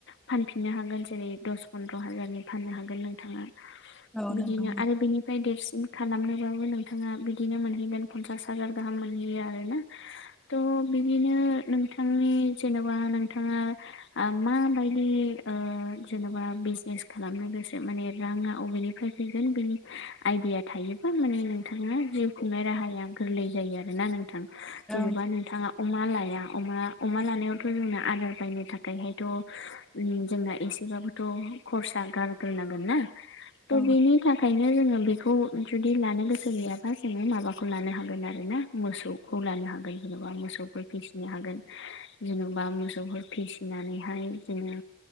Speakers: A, on the left; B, in the centre.
A: फानफिननो हागोन जेरै दस फन्द्र' हाजारनि फाननो हागोन नोंथाङा
B: औ
A: बिदिनो
B: नंगौ
A: आरो बेनि फ्राय देरसिन खालामनोबाबो नोंथाङा बिदिनो मोनहैगोन फनसास हाजार गाहाम मोनहैयो आरो ना। थ' बिदिनो नोंथांनि जेनेबा नोंथाङा आ माबायदि ओ जेनेबा माबा बिजनेस खालामनो गोसो माने राङा अबेनिफ्राय फैगोन बिनि आइदिया थायोबा माने नोंथाङा जिउ खुंनाय राहाया गोरलै जायो आरोना नोंथा
B: औ
A: जेनेबा नोंथाङा अमा लाया अमा अमा लानायावथ' जोंना आदार बायनो थाखायहायथ' जोंना एसेबाबो थ खर्सा गारग्रोनांगोन ना त'
B: नंगौ
A: बेनि बेनि थाखायनो जोङो बेखौ जुदि लानो गोसो गैयाबा जोङो माबाखौ लानो हागोन आरो ना मोसौखौ लानो हागोन जेन'बा मोसौफोर फिसिनो हागोन जेन'बा मोसौफोर फिसिनानैहाय जोङो